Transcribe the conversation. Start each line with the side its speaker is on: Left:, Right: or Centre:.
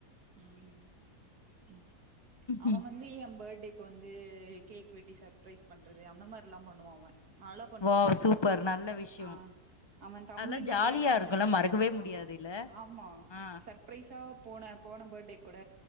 Right: ம் ம் அவன்
Left: ம்
Right: வந்து ஏ பர்த்டே இப்ப வந்து கேக் வெட்டி சர்பரைஸ் பண்றது அந்த மாறிலா பண்ணுவா அவன் அலோ பண்ணுவா
Left: வாவ்
Right: எனக்கு
Left: சூப்பர் நல்ல விஷயோ
Right: ஆ அவன் தம்பி
Left: அதெல்லா
Right: மாறியே
Left: ஜாலியா
Right: நடந்துக்க
Left: இருக்குல்ல
Right: மாட்டான்
Left: மறக்கவே முடியாது
Right: ஆமா
Left: இல்ல
Right: ஆமா
Left: ஆ
Right: சப் சப்ரைஸா போன போன பர்த்டே கூட